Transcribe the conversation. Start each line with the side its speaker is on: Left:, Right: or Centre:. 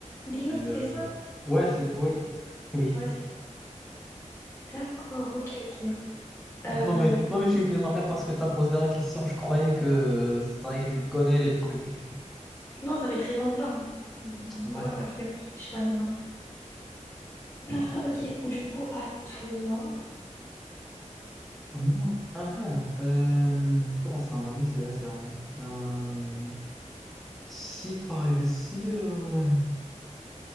Left: Dio,
Centre: Le...
Left: c'est ça?
Centre: Ouais, c'est... Oui, <laughs> oui.
Left: ouais, c'est- D'accord, ok, ok. Euh,
Centre: Non, mais, non, mais je suis fait marrer parce que tu as posé la question. Je croyais que ça y est, tu connais les trucs.
Left: Non, ça fait très longtemps. Hmm,
Centre: D'accord.
Left: Voilà quoi, tu peux réfléchir à la mémoire. Ah, ok, du coup, à toi.
Centre: Ah bon Ah, ah. Euh, comment ça, moi? Oui, c'est vrai, c'est à moi. Euh, si, par exemple, si... euh,